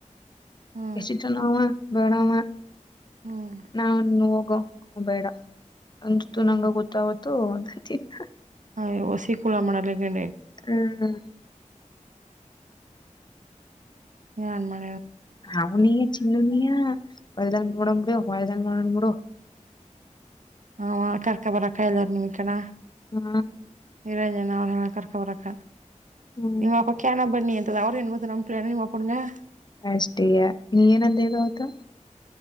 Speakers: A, on the left (about 35°); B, on the right (about 70°).
A: <inaudible>
B: ಹ್ಮ್
A: ಎಸಿಚ ನಾವ <unintelligible> ಬಿಡವ <unintelligible>
B: ಹ್ಮ್
A: ನಾನ ಹೋಗ ಹ ಬೇಡ ಅಂಜುತ್ತು
B: ಹ್ಮ್
A: ನಂಗ ಗೊತ್ತಾಗುತ್ತ ಥೂ ನನ್ ತಿನ್ನು <unintelligible>
B: ಹ ಒಸಿ ಕುಳ ಮಣಲ್ಲ
A: ಹ್ಮ್
B: ಹಾನ್ ಮಾಡ
A: ಔನಿಯ ಚಿಲ್ಲುನಿಯಾ ವಲ್ದಾನ ನೋಡನ್ ಬಿಡು ವಲ್ದಾನ ನೋಡನ್ ಮೂಡೋ
B: ಹ ಕರ್ಕ ಬರ ಕಾಯಲ್ಲ ನಿಮಿಕಣ
A: ಹಾ
B: ನಿರಂಜನ ಅವ ಕರ್ಕ ಔರಕ
A: ಹ್ಮ್
B: ನಿಮ್ಮ ಅಪ ಕೆಣ ಬನ್ನಿ ಅಂತ ಅ <unintelligible> ಅವರು ಎಂಬತ್ತು ನಂಬಪಿನ ನೀ ಮಾ ಮಾಡ್ಣಗೆ
A: ಅಷ್ಟಯ ನೀ ಏನಂದೇ ಅವತ್ತು